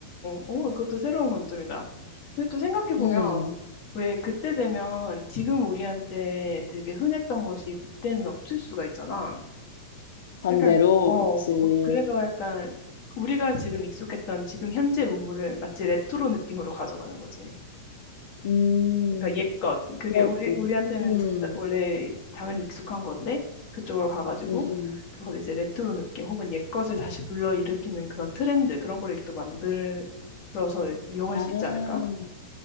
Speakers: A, on the left (about 40°); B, on the left (about 80°).
A: 오, 그것도 새로운 관점이다. 근데 또 생각해보면,
B: 음,
A: 왜 그때 되면 지금 우리한테 되게 흔했던 것이 그때는 없을 수가 있잖아.
B: 반대로,
A: 약간, 어,
B: 그치.
A: 어, 그래서 약간, 우리가 지금 익숙했던 지금 현재 문물을 마치 레트로 느낌으로 가져가는 거지.
B: 음,
A: 그러니까 옛것 그게
B: 그것도.
A: 우리 우리한테는
B: 음,
A: 진짜 원래 당연히 익숙한 건데 그쪽으로 가가지고
B: 음, 음.
A: 그걸 이제 레트로 느낌 혹은 옛것을 다시 불러일으키는 그런 트렌드 그런 거를 또 만들어서 이용할
B: 아.
A: 수 있지 않을까?